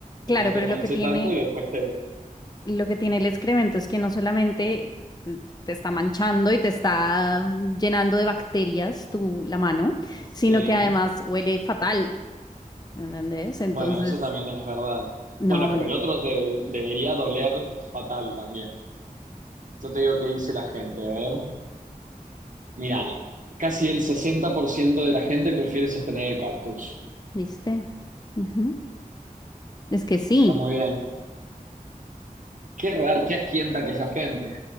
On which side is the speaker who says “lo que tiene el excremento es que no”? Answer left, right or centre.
Left